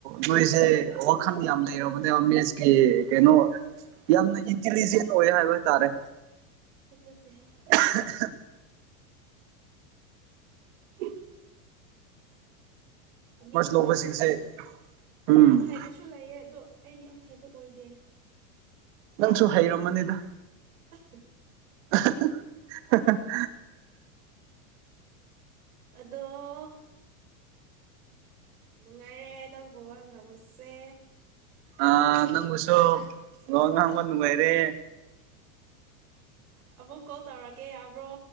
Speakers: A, on the right (about 50°); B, on the right (about 85°).
A: ꯅꯣꯏꯁꯦ ꯋꯥꯈꯜ ꯌꯥꯝ ꯂꯩꯔꯕꯅꯦꯕ ꯃꯦꯠꯁꯀꯤ ꯀꯩꯅꯣ ꯌꯥꯝꯅ ꯏꯟꯇꯤꯂꯤꯖꯦꯟ ꯑꯣꯏ ꯍꯥꯏꯕ ꯇꯥꯔꯦ
B: ꯅꯠꯇꯦ
A: <inaudible> ꯎꯝ
B: ꯃꯤ
A: ꯂꯧꯕꯁꯤꯡꯁꯦ
B: ꯍꯣꯏ ꯌꯥꯝ ꯍꯥꯏꯕ
A: ꯎꯝ
B: ꯌꯥꯝ ꯍꯥꯏꯕꯁꯨ ꯁꯨ ꯂꯩꯑꯦ ꯑꯗꯣ ꯑꯩꯗꯤ ꯌꯥꯝ ꯍꯥꯏꯕ ꯑꯣꯏꯗꯦ
A: ꯅꯪꯁꯨ ꯍꯩꯔꯝꯃꯅꯤꯗ
B: ꯑ
A: <inaudible>
B: ꯑꯗꯣ ꯅꯨꯡꯉꯥꯏꯔꯦ ꯅꯪꯕꯨ ꯋꯥ ꯉꯝꯃꯨꯁꯦ
A: ꯑ ꯅꯪꯕꯨꯁꯨ ꯂ ꯍꯥꯡꯕ ꯅꯨꯡꯉꯥꯏꯔꯦ
B: ꯑꯃꯕꯨꯛ ꯀꯣꯜ ꯇꯧꯔꯛꯀꯦ ꯌꯥꯕ꯭ꯔꯣ